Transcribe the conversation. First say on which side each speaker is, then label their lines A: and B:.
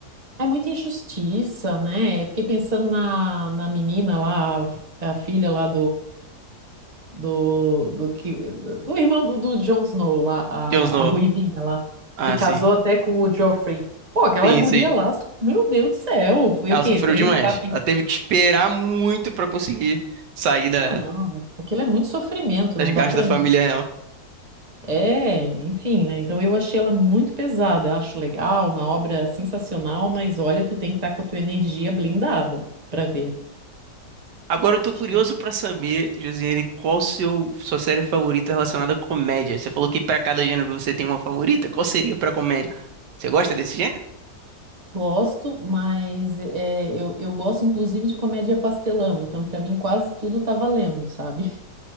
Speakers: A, on the right (about 25°); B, on the right (about 80°).
A: É muita injustiça, né? Eu fiquei pensando na, na menina lá, a filha lá do, do que do irmão do, do Jon Snow lá, a,
B: Jon Snow.
A: a ruivinha lá,
B: Ah,
A: que casou
B: sim.
A: até com o Joffrey. Pô, aquela
B: Sim,
A: guria
B: sim.
A: lá, meu Deus do céu, foi
B: Ela
A: o quê?
B: sofreu
A: Três,
B: demais.
A: quatro temporadas?
B: Ela teve que esperar muito pra conseguir sair da-
A: Não, aquilo é muito sofrimento,
B: das
A: não dá
B: garras
A: pra
B: da família
A: mim.
B: real.
A: É, enfim, né? Então eu achei ela muito pesada, eu acho legal, uma obra sensacional, mas olha, tu tem que estar com a tua energia blindada pra ver.
B: Agora eu tô curioso
A: Eu
B: pra saber, Josiane, qual seu sua série favorita relacionada à comédia? Você falou que pra cada gênero você tem uma favorita. Qual seria pra comédia? Você gosta desse gênero?
A: Gosto, mas é, eu, eu gosto inclusive de comédia pastelão, então pra mim quase tudo tá valendo, sabe?